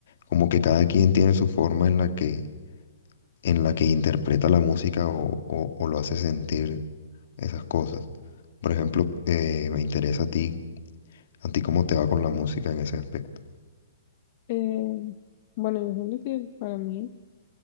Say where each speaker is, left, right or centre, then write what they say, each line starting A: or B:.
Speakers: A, on the left; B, on the left.
A: como que cada quien tiene su forma en la que, en la que interpreta la música o, o- o lo hace sentir esas cosas. Por ejemplo, eh, me interesa a ti, a ti cómo te va con la música en ese aspecto.
B: Eh, bueno, yo siento que para mí...